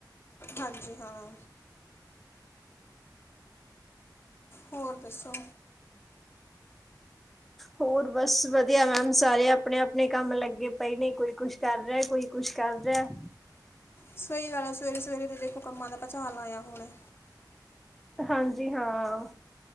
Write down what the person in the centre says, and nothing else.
ਹੋਰ ਬਸ ਵਧੀਆ ਮੈਮ ਸਾਰੇ ਆਪਣੇ ਆਪਣੇ ਕੰਮ ਲੱਗੇ ਪਏ ਨੇ ਕੋਈ ਕੁਛ ਕਰ ਰਿਹਾ ਕੋਈ ਕੁਛ ਕਰ ਰਿਹਾ
ਹਾਂਜੀ ਹਾਂ